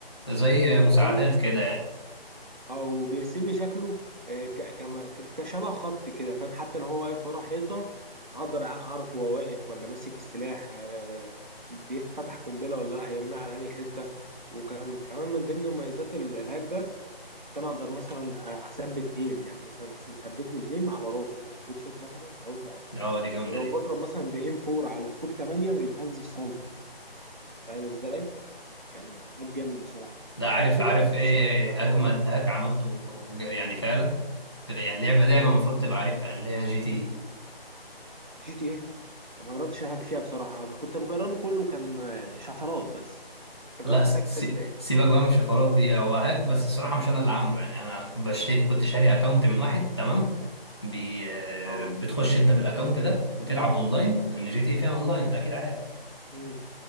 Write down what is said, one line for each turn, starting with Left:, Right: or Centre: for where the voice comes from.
Left: زي مساعدات
Right: هو
Left: كده يعني
Right: او بيرسم لي شكله آه، ك- كما- ك- كشبه خط كده فاهم حتى لو هو واقف ورا حيطه اقدر أع- اعرف هو واقف ولا ماسك السلاح آه، بيفتح قنبله ولا لا هيرميها على انهي حته وكمان كمان من ضمن مميزات ال- الهاك ده كنت انا اقدر مثلا أ- اثبت ايم يعني مثلا أس- يثبت لي الايم على راسه يعني هيد شوت مثلا على راسه على طول
Left: اه دي جامده
Right: ولو
Left: دي
Right: بضرب مثلا بايم 4 على سكوب 8 ما بيتهزش سنتي فاهم ازاي؟ كان هاك جامد بصراحه
Left: ده عارف
Right: كان في
Left: عارف
Right: برضه خاصيه
Left: ايه إيه
Right: الطيران
Left: اجمد هاك عملته وج- يعني فعلا يعني لعبه لعبه
Right: اه
Left: المفروض تبقى عارفها يعني اللي هي جي تي إيه.
Right: جي تي ايه ما جربتش اهاك فيها بصراحه كنت بجربه كله كان آه، شفرات بس انت
Left: لا
Right: جربت
Left: س-
Right: تهاك فيها ازاي
Left: س- سيبك بقى من الشفرات دي هو هاك بس الصراحه مش انا اللي عامله يعني انا بشتري كنت شاري اكونت من واحد تمام بي... آه،
Right: اه
Left: بتخش انت بالاكونت ده وتلعب اونلاين لان جي تي إيه فيها اونلاين انت اكيد عارف
Right: امم